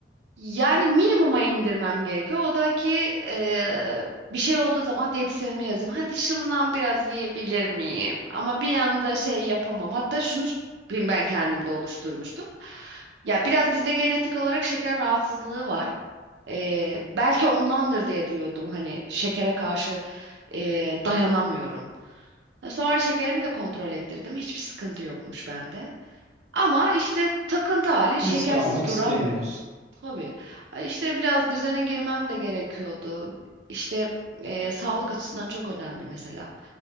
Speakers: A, on the right; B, on the right.
A: Yani minimuma indirmem gerekiyor. O da ki eee, bir şey olduğu zaman diyetisyenime yazayım. Hadi şundan biraz yiyebilir miyim? Ama bir anda şey yapamam. Hatta şunu ben ben kendimde oluşturmuştuk. Ya biraz bizde genetik olarak şeker rahatsızlığı var. Eee, belki ondandır diye diyordum. Hani şekere karşı eee, dayanamıyorum. E, Sonra şekerimi de kontrol ettirdim. Hiçbir sıkıntı yokmuş bende. Ama işte takıntı hali şekersiz
B: Risk almak
A: duramıyorum.
B: istemiyorsun.
A: Tabii. Ay İşte biraz düzene girmem de gerekiyordu. İşte e, sağlık açısından çok önemli mesela.